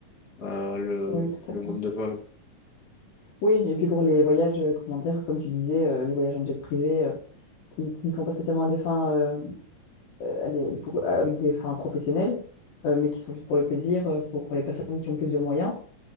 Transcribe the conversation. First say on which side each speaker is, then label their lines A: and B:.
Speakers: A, on the left; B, on the left.
A: euh, le,
B: Oui, tout
A: le
B: à fait.
A: nombre de vols.
B: Oui, et puis pour les voyages, euh, comment dire, comme tu disais, euh, les voyages en jet privé euh, qui, qui ne sont pas spécialement à des fins, euh, euh, à des- pour- avec des fins professionnelles, euh, mais qui sont juste pour le plaisir, euh, pour les personnes qui ont plus de moyens,